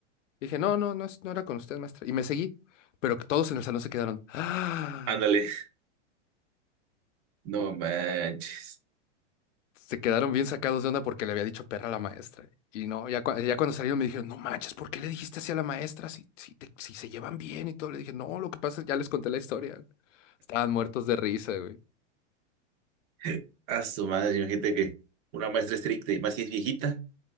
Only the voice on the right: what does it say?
Ándale. No manches.
<laughs> A su madre, imagínate que una maestra estricta y más si es viejita.